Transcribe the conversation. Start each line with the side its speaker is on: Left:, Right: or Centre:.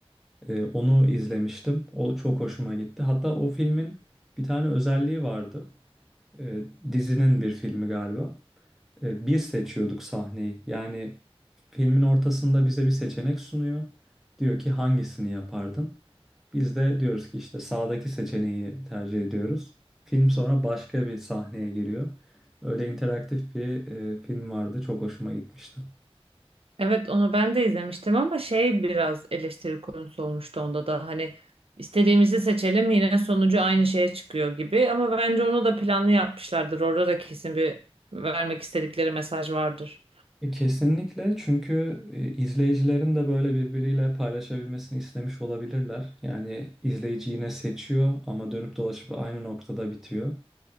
Centre: E, Onu izlemiştim. O çok hoşuma gitti. Hatta o filmin bir tane özelliği vardı. E, Dizinin bir filmi galiba. e, biz seçiyorduk sahneyi. Yani filmin ortasında bize bir seçenek sunuyor. Diyor ki hangisini yapardın? Biz de diyoruz ki işte sağdaki seçeneği tercih ediyoruz. Film sonra başka bir sahneye giriyor. Öyle interaktif bir e, film vardı. Çok hoşuma gitmişti.
Right: Evet onu ben de izlemiştim ama şey biraz eleştiri konusu olmuştu onda da. Hani istediğimizi seçelim yine sonucu aynı şeye çıkıyor gibi. Ama bence onu da planlı yapmışlardır. Orada da kesin bir vermek istedikleri mesaj vardır.
Centre: E, kesinlikle çünkü e, izleyicilerin de böyle birbiriyle paylaşabilmesini istemiş olabilirler. Yani izleyici yine seçiyor ama dönüp dolaşıp aynı noktada bitiyor.